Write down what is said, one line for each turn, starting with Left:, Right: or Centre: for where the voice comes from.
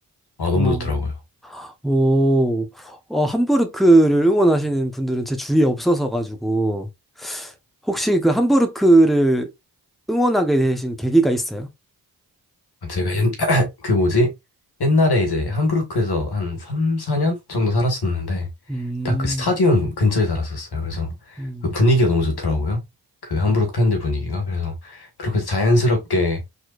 Left: 아, 너무
Centre: 어,
Left: 좋더라고요.
Centre: 오, 어, 함부르크를 응원하시는 분들은 제 주위에 없어서 가지고, 혹시 그 함부르크를 응원하게 되신 계기가 있어요?
Left: 제가 옛, <clears throat> 그 뭐지? 옛날에 이제 함부르크에서 한 3, 4년 정도 살았었는데
Centre: 음,
Left: 딱 그 스타디움 근처에 살았었어요. 그래서
Centre: 음,
Left: 그 분위기가 너무 좋더라고요. 그 함부르크
Centre: 음.
Left: 팬들 분위기가. 그래서 그렇게 자연스럽게